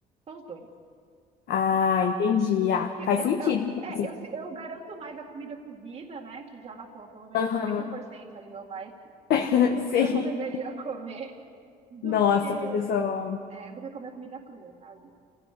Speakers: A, on the right; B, on the left.
A: São os dois. São
B: Ah,
A: os dois.
B: entendi. Ah,
A: Que
B: faz
A: eu,
B: sentido.
A: eu,
B: então,
A: é,
B: assim.
A: eu, se- eu garanto mais a comida cozida, né? Que já matou pelo menos
B: Aham,
A: cinquenta por cento ali ou mais
B: <laughs>
A: de coisas
B: sim.
A: que eu não deveria <laughs> comer do
B: Nossa,
A: que,
B: pois eu sou.
A: é, do que comer comida crua, sabe?